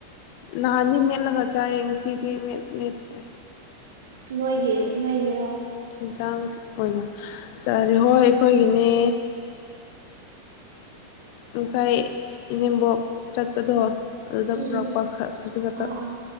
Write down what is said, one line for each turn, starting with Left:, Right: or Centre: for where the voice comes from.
Left: ꯅꯍꯥꯟꯗꯤ ꯃꯦꯠꯂꯒ ꯆꯥꯏꯌꯦ ꯉꯁꯤꯗꯤ ꯃꯦꯠꯇ꯭ꯔꯦ
Right: ꯅꯣꯏꯒꯤ ꯅꯣꯏꯒꯤꯔꯣ
Left: ꯑꯦꯟꯁꯥꯡ ꯑꯣꯏꯅ ꯆꯥꯔꯤ ꯍꯣꯏ ꯑꯩꯈꯣꯏꯒꯤꯅꯦ ꯉꯅꯨꯡꯁꯥꯏ ꯏꯅꯦꯝꯕꯣꯛ ꯆꯠꯄꯗꯣ ꯑꯗꯨꯗ
Right: ꯎꯝ
Left: ꯄꯨꯔꯛꯄ
Right: ꯎꯝ
Left: ꯈ ꯈꯖꯤꯛ ꯈꯛꯇ
Right: ꯑꯣ ꯑꯣ